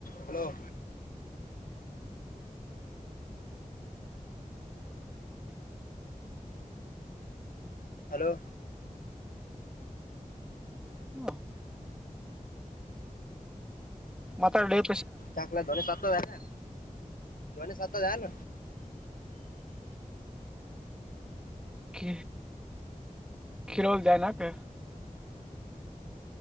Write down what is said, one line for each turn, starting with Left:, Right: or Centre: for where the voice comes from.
Left: <inaudible> Hello <inaudible> hello
Centre: ಹ ಮಾತಾಡೆ ಏ
Left: ಯಾಕೋಲೆ ದೊರೆ ಸತ್ತೋದ ಏನಲೆ ಧ್ವನಿ ಸತ್ತಾಳ ಏನ
Centre: ಕೀ ಕೀಳವಾದನ್ಯಕ್